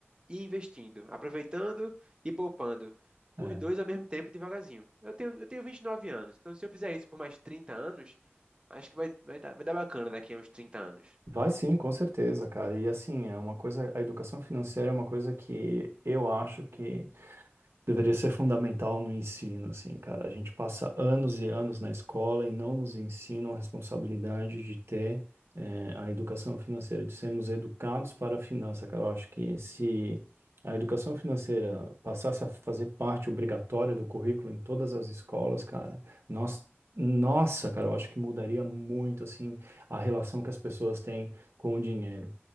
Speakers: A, on the right (about 20°); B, on the right (about 75°).
A: e investindo, aproveitando e poupando.
B: É.
A: Os dois ao mesmo tempo, devagarzinho. Eu tenho, eu tenho 29 anos, então se eu fizer isso por mais 30 anos, acho que vai, vai dar, vai dar bacana daqui a uns 30 anos.
B: Vai sim, com certeza, cara. E assim, é uma coisa, a educação financeira é uma coisa que eu acho que deveria ser fundamental no ensino, assim, cara. A gente passa anos e anos na escola e não nos ensinam a responsabilidade de ter, eh, a educação financeira, de sermos educados para a finança, cara. Eu acho que se a educação financeira passasse a fazer parte obrigatória do currículo em todas as escolas, cara, nós Nossa, cara, eu acho que mudaria muito assim a relação que as pessoas têm com o dinheiro,